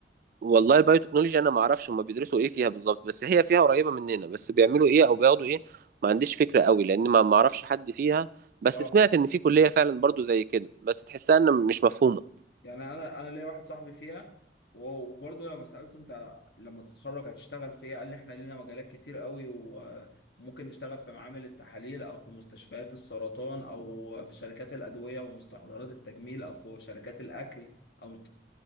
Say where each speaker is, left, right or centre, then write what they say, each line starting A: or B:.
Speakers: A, on the right (about 50°); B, on the left (about 75°).
A: والله البايو تكنولوجي انا ما اعرفش هم بيدرسوا ايه فيها بالظبط بس هي فيها قريبه مننا بس بيعملوا ايه او بياخدوا ايه ما عنديش فكره قوي لان ما ما اعرفش حد فيها بس
B: اه
A: سمعت ان في كليه فعلا برضو زي كده بس تحسها ان مش مفهومه
B: يعني انا انا ليا واحد صاحبي فيها و- وبرضه لما سالته انت لما تتخرج هتشتغل في ايه قال لي احنا لينا مجالات كتير قوي وممكن نشتغل في معامل التحاليل او في مستشفيات السرطان او في شركات الادويه ومستحضرات التجميل او في شركات الاكل او مست...